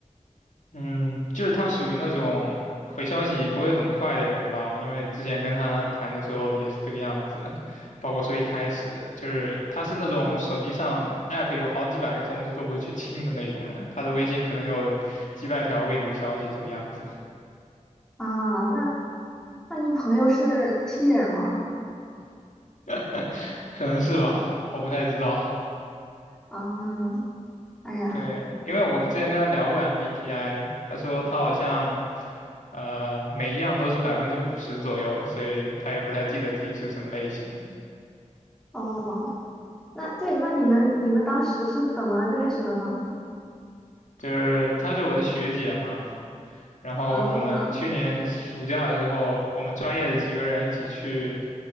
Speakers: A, on the left; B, in the centre.
A: 嗯，就是他属于那种回消息不会很快的人吧，因为之前跟他谈的时候也是这个样子，包括说一开始就是他是那种手机上 app 有好几百个通知都不会去清的那种人，他的微信可能有几百条未读消息这个样子，
B: 啊。那那你朋友是 T 人吗？
A: <laughs> 可能是吧，我不太知道。
B: 嗯，哎呀，
A: 对，因为我之前跟他聊过 MBTI，他说他好像呃每一样都是百分之五十左右，所以他也不太记得自己是什么类型。
B: 哦，那对，那你们你们当时是怎么认识的呢？
A: 就是她是我的学姐嘛，然后我们去年暑假的时候，
B: 啊，
A: 我们专业的几个人一起去，